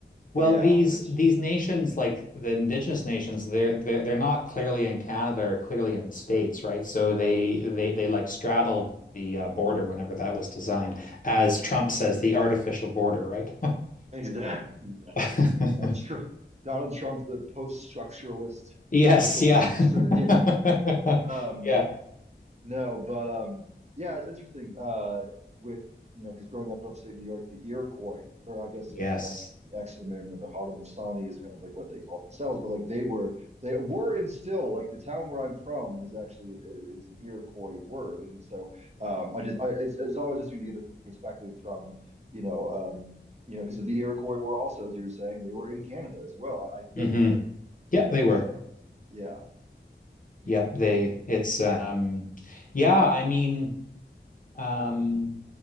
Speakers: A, on the right; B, on the left.
A: Yeah,
B: Well, these
A: which
B: these nations, like the indigenous nations, they're they're they're not clearly in Canada or clearly in the States, right? So they they they like straddle the uh, border whenever that was designed, as Trump says, the artificial border, right?
A: exactly.
B: <laughs>
A: Yeah, Trump, Donald Trump, the post-structuralist
B: Yes,
A: political
B: yeah.
A: theorist. <laughs> Yeah.
B: <laughs>
A: Um,
B: Yeah.
A: no, but um, yeah, it's interesting. Uh, with you know, because growing up in upstate New York, the Iroquois, or I guess
B: Yes.
A: you know, that's kind of the ex-member, of the Haudenosaunee is kind of like what they call themselves, but like they were, they were and still like the town where I'm from is actually i- it's an Iroquois word, and so um, I just I it's, it's always interesting to get a perspective from you know um you know because the Iroquois were also as you were saying they were in Canada as well. I, I think
B: hmm
A: that
B: Yeah,
A: correct.
B: they were.
A: So yeah, yeah.
B: Yeah, they it's um yeah, I mean, um